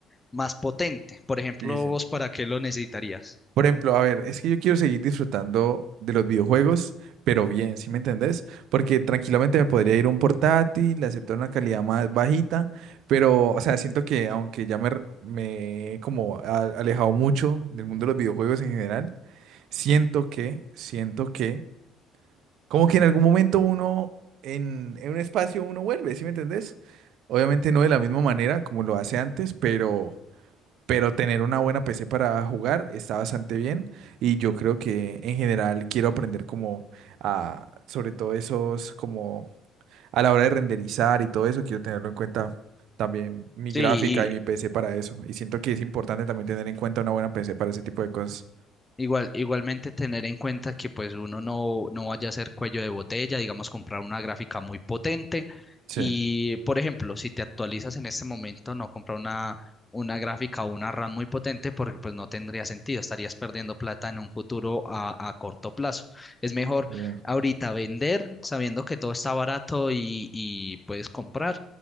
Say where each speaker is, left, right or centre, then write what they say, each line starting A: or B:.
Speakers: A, on the left; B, on the right.
A: más potente. Por ejemplo,
B: Y dicen,
A: ¿vos para qué lo necesitarías?
B: por ejemplo, a ver, es que yo quiero seguir disfrutando de los videojuegos, pero bien, ¿sí me entendés? Porque tranquilamente me podría ir un portátil, aceptar una calidad más bajita, pero, o sea, siento que aunque ya me, r- me he como a- alejado mucho del mundo de los videojuegos en general, siento que, siento que Como que en algún momento uno, en, en un espacio, uno vuelve, ¿sí me entendés? Obviamente no de la misma manera como lo hace antes, pero, pero tener una buena PC para jugar está bastante bien y yo creo que en general quiero aprender como a, sobre todo esos, como a la hora de renderizar y todo eso, quiero tenerlo en cuenta también mi
A: Sí,
B: gráfica y mi PC para eso. Y siento que es importante también tener en cuenta una buena PC para ese tipo de cosas.
A: Igual, igualmente tener en cuenta que pues uno no, no vaya a ser cuello de botella, digamos comprar una gráfica muy potente
B: Sí,
A: y por ejemplo, si te actualizas en este momento, no comprar una, una gráfica o una RAM muy potente porque pues no tendría sentido, estarías perdiendo plata en un futuro a, a corto plazo. Es mejor
B: eh,
A: ahorita vender sabiendo que todo está barato y, y puedes comprar